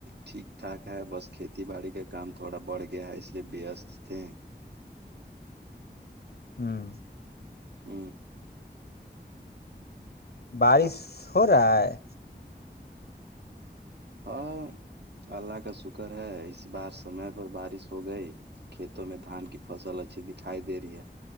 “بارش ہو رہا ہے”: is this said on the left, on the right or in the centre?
Left